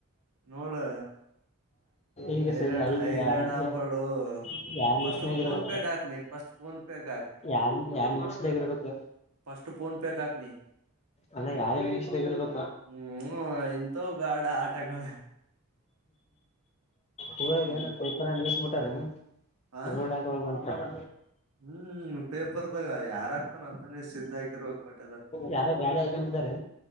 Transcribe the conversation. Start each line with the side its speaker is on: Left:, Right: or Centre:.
Right: ನೋಡು
Left: ಈಗ
Right: ಹೈರಾಣ
Left: ಸರಿ ಐದು
Right: ಹೈರಾಣ
Left: ಅಲ್ಲಿ
Right: ಆಗ್ಬಡು
Left: ಯಾರ್ ನಿಮಿಷನಾಗ
Right: ಫಸ್ಟ್ ಫೋನ್
Left: ಇರ್ಬೇಕು
Right: ಪೇಗೆ ಹಾಕ್ ನೀ ಫಸ್ಟ್ ಫೋನ್ ಪೇಗೆ ಹಾಕ
Left: ಯಾರ ಯಾರ್ ನಿಮಿಷದಾಗ ಇರ್ಬೇಕು
Right: ಫಸ್ಟ್ ಫೋನ್ ಪೇ ಕಕ
Left: ಅಲ್ಲ ಯಾರ ವೀಕ್ಷ ಇರ್ಬೇಕು
Right: ಹ್ಮ್ ಇಂಥವು ಬ್ಯಾಡ ಆಟಗಳ
Left: ಪಊರಾಗ
Right: ಹ್ಮ್
Left: ಏನಪ್ಪಪರ ನಿಸ್ಬಿಟ್ಟಾರೇನು
Right: ಹ
Left: ರೋಡ್ ಆಗೋಗಂತ ಹಾ
Right: ಹ್ಮ್ ಪೇಪರ್ದಾಗ ಯಾರ ಆಗ್ತಾನ ಅತಾನೇ ಸಿದ್ಧ ಆಯಕರು ಹೋಗ್ಪಟ್ಟ
Left: ಯಾರ ಗಾಳಿ ಹಕಂಬಿದ್ದಾರೆ